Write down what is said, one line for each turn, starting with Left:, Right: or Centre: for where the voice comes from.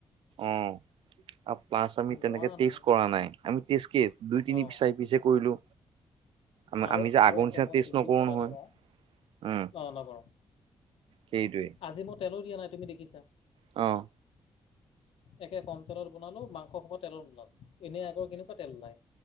Right: অঁ। প্লাচ আমি
Left: তুমি
Right: তেনেকে
Left: নোৱাৰা
Right: টেষ্ট
Left: নহয়
Right: কৰা নাই আমি টেষ্ট কি দুই তিনি
Left: অ
Right: পি চাৰি পিছে কৰিলো। আমা
Left: আৰু
Right: আমি যে আগৰ
Left: আৰু একে
Right: নিচিনা
Left: মই
Right: টষ্ট
Left: চিম্পুল
Right: নকৰোঁ
Left: কথা
Right: নহয়
Left: এটা কওঁ
Right: উম।
Left: অ নকৰো
Right: সেইটোৱে।
Left: আজি মই তেলো দিয়া নাই তুমি দেখিছা।
Right: অহ।
Left: একে কম তেলত বনালো মাংস সোপা তেলো নোলালো, এনেই আগৰ কেনেকুৱা তেল নাই।